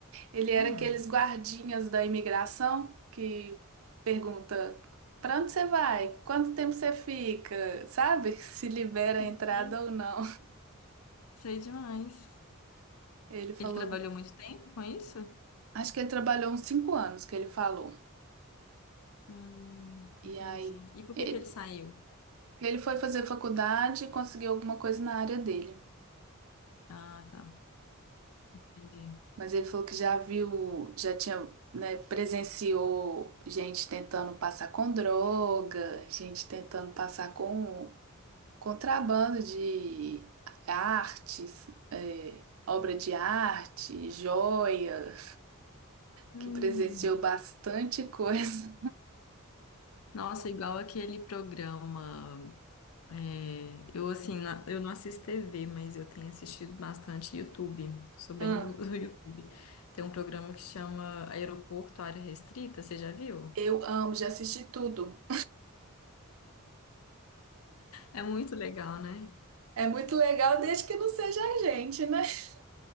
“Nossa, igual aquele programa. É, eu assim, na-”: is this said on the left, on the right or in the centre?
Left